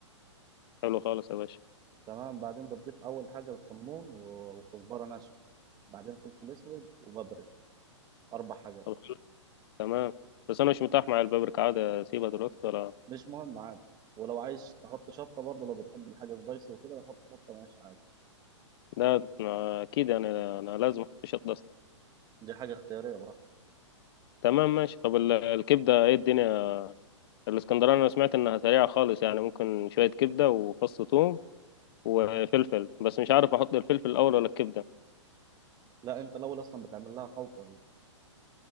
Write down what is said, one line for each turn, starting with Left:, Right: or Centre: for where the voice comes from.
Left: حلو خالص يا باشا
Right: تمام بعدين بتضيف اول حاجه الكمون و- وكزبره ناشفه بعدين فلفل اسود وبابريكا اربع حاجات
Left: طب حلو تمام بس انا مش متاح مع البابريكا عادي اسيبها دلوقتي ولا
Right: مش مهم عادي ولو عايز تحط شطه برضه لو بتحب الحاجه سبايسي وكده حط شطه ماشي عادي
Left: ده أنا- اكيد انا انا لازم احط شطه اصلا
Right: دي حاجه اختياريه براحتك
Left: تمام ماشي طب ال- الكبده ايه الدنيا الاسكندراني انا سمعت انها سريعه خالص يعني ممكن شويه كبده وفص ثوم وفلفل بس مش عارف احط الفلفل الاول ولا الكبده
Right: لا انت الاول اصلا بتعمل لها خلطه دي